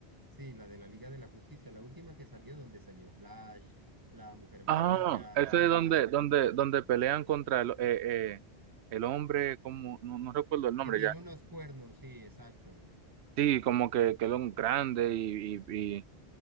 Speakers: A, on the right; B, on the right.
A: Sí, la de la Liga de la Justicia, la última que salió, donde salió Flash, la Mujer Maravilla,
B: Ah, ese
A: Batman,
B: es donde, donde, donde pelean contra el, eh, eh, el hombre, como, no, no recuerdo el nombre
A: que tiene
B: ya.
A: unos cuernos, sí, exacto.
B: Sí, como que, que era un grande y, y, y-